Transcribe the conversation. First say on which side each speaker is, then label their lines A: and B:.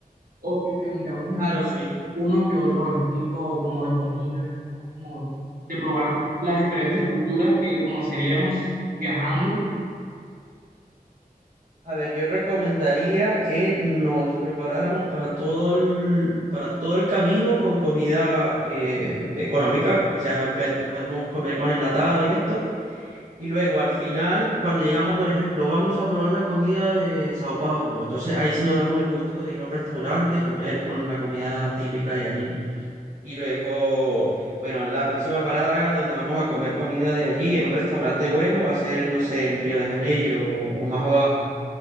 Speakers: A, on the right (about 70°); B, on the right (about 55°).
A: ¿O que tengamos
B: Claro,
A: en cuenta
B: sí.
A: uno que otro gastico como de comida, quizás como de probar las diferentes culturas que conoceríamos viajando?
B: A ver, yo recomendaría que nos preparáramos para todo el, para todo el camino con comida eh, económica, o sea, empe- podemos comer con enlatado y esto, y luego al final, cuando llegamos, por ejemplo, vamos a probar la comida de Sao Paulo, entonces ahí sí nos damos el gusto de ir a un restaurante y comer con la comida típica de allí. Y luego, bueno, la próxima parada donde vamos a comer comida de allí, en un restaurante bueno, va a ser, no sé, en Río de Janeiro o, o más abajo.